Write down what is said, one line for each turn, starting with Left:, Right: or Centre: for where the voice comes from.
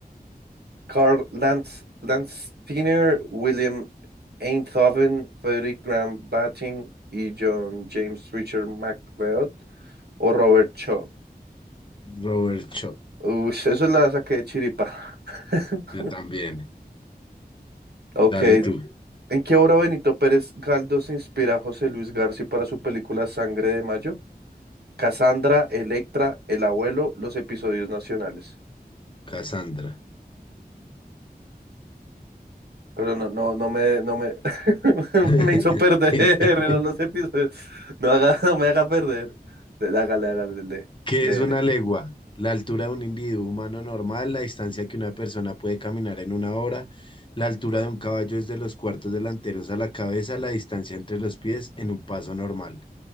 Right: Karl Lanz, Tiner, William Einthoven, Frederick Graham Batting y John James Richard MacLeod o Robert Shaw.
Left: Robert Schoch.
Right: Uy, eso la saqué de chiripa. <laughs>
Left: Yo también.
Right: Ok,
Left: Dale tú,
Right: ¿en qué obra Benito Pérez Galdós se inspira José Luis García para su película Sangre de Mayo? Cassandra, Electra, El Abuelo, los episodios nacionales.
Left: Cassandra.
Right: Pero no, no, no me, no me, <laughs>
Left: <laughs>
Right: me hizo perder, eran los episodios. No haga, <laughs> no me haga perder. Dele, Hágale, hágale, lee,
Left: ¿Qué
Right: léele.
Left: es una legua? La altura de un individuo humano normal, la distancia que una persona puede caminar en una hora, la altura de un caballo desde los cuartos delanteros a la cabeza, la distancia entre los pies en un paso normal.